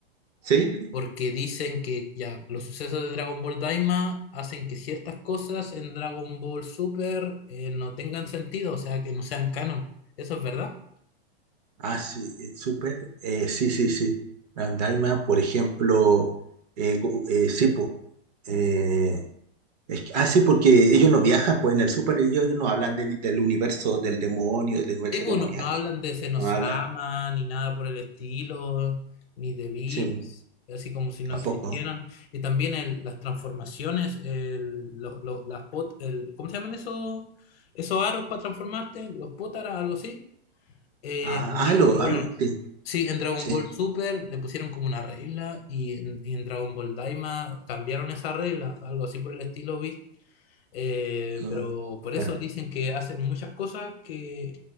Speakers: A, on the right; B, on the left.
A: ¿Sí?
B: Porque dicen que ya los sucesos de Dragon Ball Daima hacen que ciertas cosas en Dragon Ball Super eh, no tengan sentido, o sea, que no sean canon. ¿Eso es verdad?
A: Ah, sí, eh, súper. Eh, sí, sí, sí. Andaima, por ejemplo, eh, go- eh, sí, po. Eh, es que- ah, sí, porque ellos no viajan, pues en el súper ellos, ellos no hablan de- del universo del demonio, del universo
B: Sí, pues,
A: demoníaco.
B: no, no hablan de Senosama,
A: No hablan.
B: ni nada por el estilo, ni de Bills,
A: Sí, po,
B: así como si no
A: tampoco.
B: existieran. Y también el- las transformaciones, el, lo- lo- las pot, el, ¿cómo se llaman esos, esos aros para transformarte? Los potaras, algo así. Eh,
A: Ah,
B: en Dragon
A: Aro,
B: Ball,
A: Aro, sí.
B: sí, en Dragon
A: sí.
B: Ball Super le pusieron como una regla y en, y en Dragon Ball Daima cambiaron esa regla, algo así por el estilo, vi. Eh,
A: Ah,
B: pero por
A: Bueno,
B: eso dicen que hacen muchas cosas que